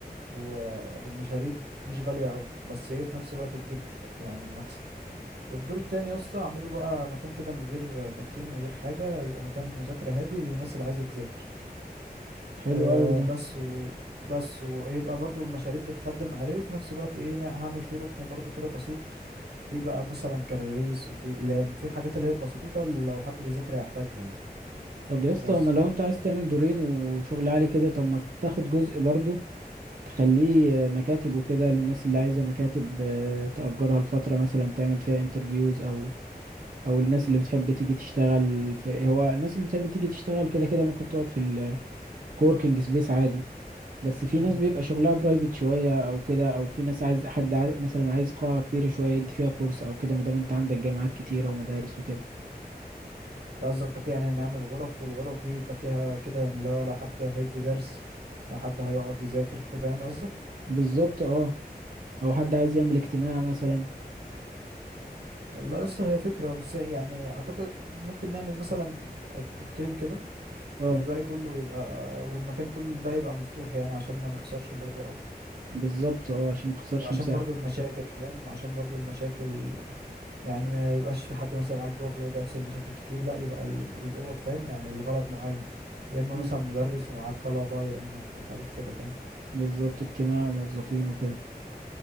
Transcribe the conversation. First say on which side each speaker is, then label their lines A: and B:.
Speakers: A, on the right; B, on the right.
A: و- والمشاريب مش غاليه قوي بس ايه في نفس الوقت تجيب يعني مكسب والدور التاني يا اسطى اعمله بقى مكان كده من غير تدخين من غير حاجه يبقى مكان المذاكره هادي للناس اللي عايزه تذاكر
B: حلو
A: آه
B: أوي ده
A: بس و بس ويبقى برضو المشاريب بتخدم عليه وفي نفس الوقت ايه نا- هعمل فيه ركن برضو كده بسيط في بقى مثلا كراريس وفي اقلام في حاجات اللي هي بسيطة لو حد بيذاكر هيحتاجها يعني
B: طب يا اسطى
A: بس
B: ما لو
A: كده
B: أنت عايز تعمل دورين وشغل عالي كده طب ما تاخد جزء برضه تخليه آه، مكاتب وكده للناس اللي عايزة مكاتب آه، تأجرها لفترة مثلا تعمل فيها انترفيوز أو أو الناس اللي بتحب تيجي تشتغل في هو الناس اللي بتحب تيجي تشتغل كده كده ممكن تقعد في الكوركينج سبيس عادي بس في
A: امم
B: ناس بيبقى شغلها برايفت شوية او كده او في ناس عايز حد عايز مثلا عايز قاعة كبيرة شوية يدي فيها كورس او كده ما دام انت عندك جامعات كتيرة ومدارس وكده
A: انت قصدك يعني نعمل غرف والغرف دي يبقى فيها كده يعني لو لو حد هيدي درس لو حد هيقعد يذاكر كده يعني قصدك
B: بالظبط اه او حد عايز يعمل اجتماع مثلا
A: والله لسه هي فكرة بس يعني اعتقد ممكن نعمل مثلا اوضتين كده
B: اه
A: والباقي كله يبقى والمكان كله الباقي يبقى مفتوح يعني عشان ما نخسرش برضو قوي
B: بالظبط اه عشان ما تخسرش
A: وعشان
B: مساحة
A: برضو المشاكل فاهم وعشان برضو المشاكل يعني ما يبقاش في حد مثلا قاعد جوه في الأوضة يحصل مشاكل كتير لا يبقى ال- الأوض فاهم يعني الغرض معين يا إما
B: مم.
A: مثلا مدرس ومعاه الطلبة يا إما حاجات كده فاهم
B: بالظبط اجتماع وموظفين وكده